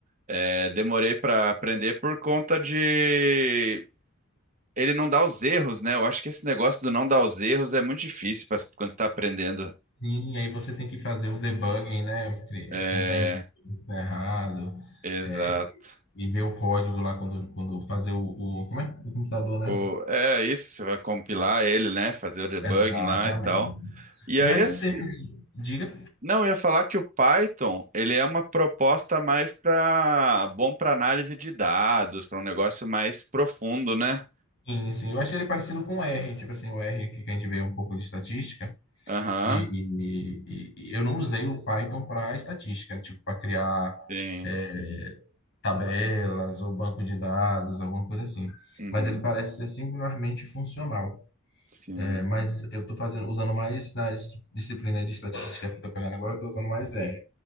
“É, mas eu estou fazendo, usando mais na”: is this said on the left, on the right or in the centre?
Left